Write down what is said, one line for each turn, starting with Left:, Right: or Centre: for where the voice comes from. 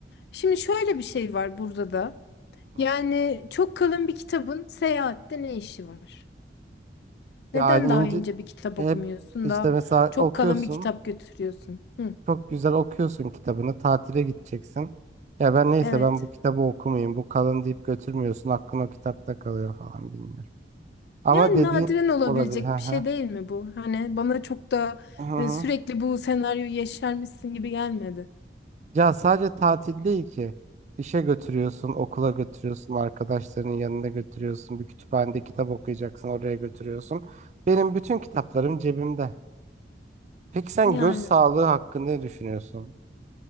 Left: şimdi şöyle bir şey var burada da.
Right: hı.
Left: Yani çok kalın bir kitabın seyahatte ne işi var? Neden
Right: Yani
Left: daha
Right: ince
Left: ince bir kitap
Right: hep
Left: okumuyorsun
Right: işte
Left: da
Right: mesela
Left: çok
Right: okuyorsun.
Left: kalın bir kitap götürüyorsun? Hı,
Right: Çok güzel okuyorsun kitabını. Tatile gideceksin. Ya ben neyse
Left: evet.
Right: ben bu kitabı okumayayım. Bu kalın deyip götürmüyorsun. Aklın o kitapta kalıyor falan bilmiyorum. Ama
Left: Yani
Right: dediğin
Left: nadiren olabilecek
Right: olabilir. Hı hı.
Left: bir şey değil mi bu? Hani bana çok da
Right: Hı hı.
Left: e, sürekli bu senaryoyu yaşarmışsın gibi gelmedi.
Right: Ya sadece tatil değil ki. İşe götürüyorsun, okula götürüyorsun, arkadaşlarının yanına götürüyorsun, bir kütüphanede kitap okuyacaksın, oraya götürüyorsun. Benim bütün kitaplarım cebimde. Peki sen
Left: Yani
Right: göz sağlığı hakkında ne düşünüyorsun?